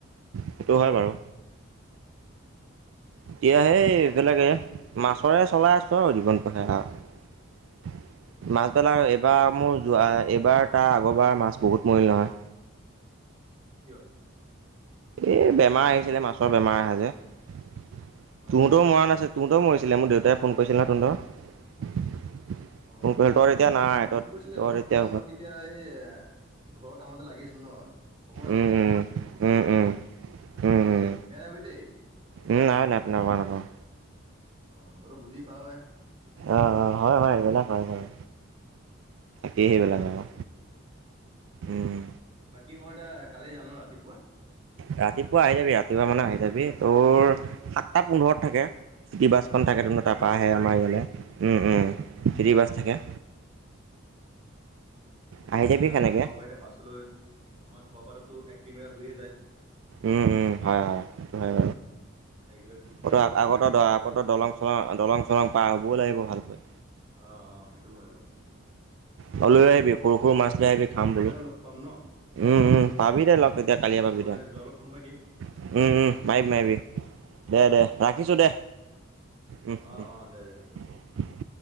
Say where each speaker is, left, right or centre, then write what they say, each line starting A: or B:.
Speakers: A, on the right (about 65°); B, on the right (about 30°).
A: সেইটো হয় বাৰু। এতিয়া সেই এইবিলাকে মাছৰে চলাই আছো আৰু জীমান পাৰোঁ সেই আৰু। মাছবিলাক এইবাৰ মোৰ যোৱা এইবাৰ তাৰ আগৰবাৰ মাছ বহুত মৰিল নহয়।
B: অ।
A: এ বেমাৰ আহিছিলে মাছৰ বেমাৰ আহে যে তহঁতৰ
B: অ
A: মৰা নাছিল। তহঁতৰও মৰিছিলে মোৰ দেউতাই ফোন কৰিছিল ন তহঁতৰ।
B: অ
A: ফোন কৰিছিল তই তেতিয়া
B: মই
A: নাই তই
B: মোক কৈছিলে
A: তই
B: বাৰু
A: তেতিয়া
B: কিন্তু মই তেতিয়া এই ঘৰৰ কামতে লাগি আছিলোঁ। ন সময়
A: উম
B: হ'ল
A: উম
B: তোক ফোন
A: উম
B: কৰিবলৈ
A: উম উম উম
B: বেয়া নাপাবি দেই।
A: উম নাই, নাই। নাপাওঁ নাপাওঁ
B: অ তই টো বুজি পাওৱে
A: আহ অ হয় হয় এইবিলাক হয় বাৰু সেই সেইবিলাক আও। উম
B: বাকী মই এটা কালি যাম ন ৰাতিপুৱা
A: ৰাতিপুৱা আহি যাবি ৰাতিপুৱা মানে আহি যাবি তোৰ সাতটা পোন্ধৰত থাকে চিটি বাছ। থাকে তেনো
B: গাড়ী
A: তাৰপৰা
B: গাড়ী
A: আহে
B: ন
A: আমাৰ ইয়ালে উম উম ফিৰি বাছ থাকে আহি যাবি
B: যোন আমাৰ
A: সেনেকে
B: ঘৰৰ পৰা এতিয়া বাছলৈ আমাৰ ঘৰৰ পৰাটো এক কিলোমিটাৰ হৈয়ে যায়।
A: উম উম হয় হয় সেইটো হয়
B: এক কিলো খোজকাঢ়িতো
A: বাৰু আকৌ তই
B: যাবলৈ বাদ
A: দলং
B: পৰে।
A: দলং চলং পাৰ হবও লাগিব ভালকৈ
B: অ অ সেইটো হয় আৰু
A: ত লৈ আহিবি সৰু সৰু মাছ লৈ আহিবি খাম বোলো
B: লগ পাম ন
A: উম উম পাবি দে লগ তেতিয়া কালিয়ে
B: তোক
A: পাবি
B: মই
A: দে উম
B: যোৱাৰ আগত ফোন মাৰি দিম
A: উম মাৰিবি মাৰিবি দে দে ৰাখিছো দে উম
B: অ'
A: উম।
B: অ' দে দে হ'ব দে